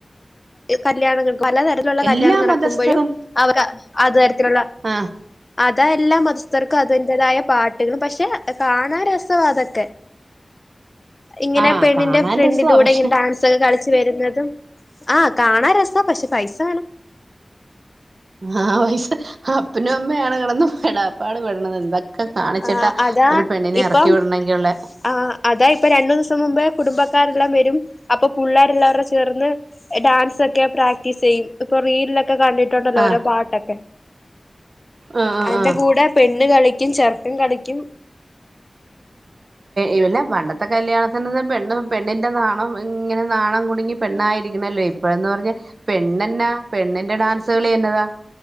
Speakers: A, on the left; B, on the right.
A: കല്യാണങ്ങൾ പലതരത്തിലുള്ള
B: എല്ലാ
A: കല്യാണം നടക്കുമ്പോഴും
B: മതസ്ഥരും
A: അവർ അത തിലുള്ള
B: ആഹ്
A: അതാ എല്ല മതസ്ഥർക്കും അതിൻ്റെ തായ പാട്ടുകളും പക്ഷെ കാണാ രസവാഅതൊക്കെ ഇങ്ങനെ
B: ആഹ്
A: പെണ്ണിന്റെ
B: കാണാൻ
A: ഫ്രണ്ടിലൂടെ
B: രസവാ പക്ഷെ
A: ഇങ്ങനെ ഡാൻസ് ഒക്കെ കളി ച്ച് വരുന്നതും ആകാണാ രസ പക്ഷെ പൈസ വേണം
B: ആപൈസ അപ്പനും അമ്മയാണ് കടന്ന് പടാപ്പാട് പെടണ എന്താ കാണിച്ചിട്ടാ
A: ആ അതാ
B: ഒരു പെണ്ണിനെ
A: ഇപ്പം
B: ഇറക്കി വിടണങ്കിൽ ഉള്ള
A: ആ അതാ ഇപ്പൊ രണ്ടു ദിവസം മുമ്പ് കുടുംബക്കാരെല്ലാം വരും അപ്പൊ പുള്ളേരെല്ലാ ചേർന്ന് ഡാൻസ് ഒക്കെ പ്രാക്ടീസ് ചെയ്യും ഇപ്പൊ റീലൊ ലൊക്കെ കണ്ടിട്ടുണ്ടല്ലോ
B: ആഹ്
A: ഓരോ പാട്ടൊക്കെ
B: ആഹ് ആഹ്
A: അന്റെ
B: ആഹ്
A: കൂടെ പെണ്ണ് കളിക്കും ച ർക്കൻ കളിക്കും
B: ഇവല്ല പണ്ടത്തെ കല്യാണത്തിൽ നിന്ന് പെണ്ണും പെണ്ണിന്റെ നാണ ഇങ്ങനെ നാണം കുടുങ്ങി പെണ്ണായിയിരിക്കണല്ലോ ഇപ്പഴന്ന് പറഞ്ഞ പെണ്ണെന്നാ പെണ്ണിന്റെ ഡാൻസുകളി എന്നതാ